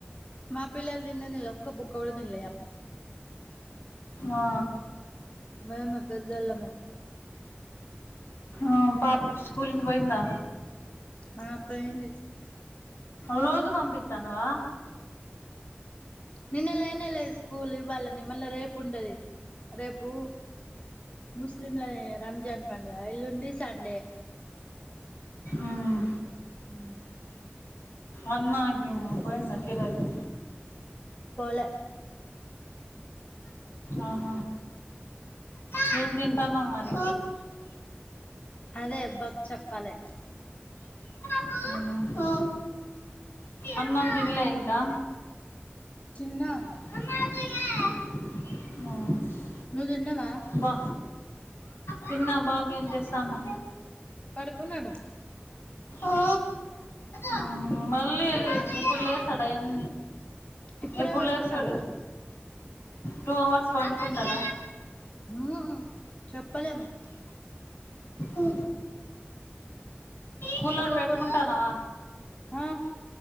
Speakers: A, on the left; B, on the left.
A: మా పిల్లలు దీన్నే తినలే ఒక బుక్వ కూడా తినలే
B: ఆ
A: మేమే పెద్దోళ్ళమే
B: ఆ పాపకు స్కూల్ కి పోయిందా
A: ఆ పెయింది
B: రోజు పంపిత్తన్నవా
A: నిన్న లేనే లేదు స్కూల్ ఇవ్వాలని మళ్ళీ రేపు ఉండది రేపు ముస్లింలది రంజాన్ పడుగ ఎల్లుండి సండే
B: ఉమ్
A: అ
B: అన్నా కి పోయిండా అక్క ఈరోజు
A: పోలే
B: ఆహ మేం తింటన్నాం మరి
A: అదే బక్ చెప్పాలే
B: అహా అన్నం తినలే ఇంకా
A: చిన్నా
B: అవును
A: నువ్వు తిన్నావా
B: బా తిన్నా బాబు ఏం చేస్తాండు
A: పడుకున్నాడు
B: ఆ ఆ మళ్ళీ ఎప్పుడు లేస్తాడ ఎన్
A: ఇప్పుడే
B: ఎప్పుడు
A: వడుకున్నాడు
B: లేస్తాడు టూ అవర్స్ పండుకుంటాడ
A: ఊ చెప్పలేము
B: ఉ కూలర్
A: ఒక్కొక్కరు
B: పెట్టుకుంటనవ
A: ఆ